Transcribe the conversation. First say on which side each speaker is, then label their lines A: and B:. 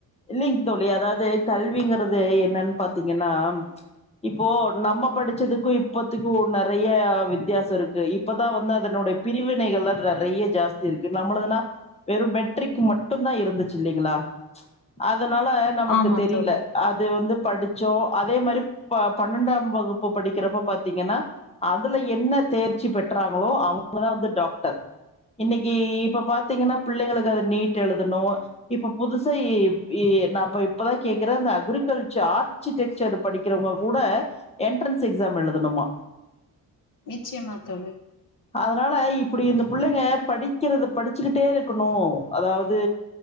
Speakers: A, on the left; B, on the left.
A: இல்லைங்க தோழி அதாவது கல்விங்குறது என்னன் பாத்தீங்கன்னா இப்போ நம்ம படிச்சதுக்கு இப்பத்துக்கு நறைய வித்தியாசோ இருக்கு இப்பதா வந்து அதனுடைய பிரிவினைகள் எல்லா நறைய ஜாஸ்தி இருக்கு நம்மளதுனா வெறு மெட்ரிக்கு மட்டந்தா இருந்துச்சு இல்லைங்களா அதனால நமக்கு
B: ஆமா
A: தெரில
B: தோழி
A: அது வந்து படுச்சோ அதே மாரி ப பன்னெண்டாம் வகுப்பு படிக்குறப்ப பாத்தீங்கன்னா அதுல என்ன தேர்ச்சி பெற்றாங்களோ அவங்கதா வந்து டாக்டர் இன்னைக்கு இப்ப பாத்தீங்கன்னா பிள்ளைங்களுக்கு அது நீட் எழுதணு இப்ப புதுசா எவ் <unintelligible> நா அப்ப இப்பதா கேக்குற அந்த அக்ரிகல்ச்சர் ஆர்சிடெக்சரு படிக்குறவங்க கூட என்ட்ரன்ஸ் எக்ஸாம் எழுதணுமா
B: நிச்சயம்மா தோழி
A: அதனால இப்புடி இந்த புள்ளைங்க படிக்குறத படுச்சுக்கிட்டே இருக்கணு அதாவது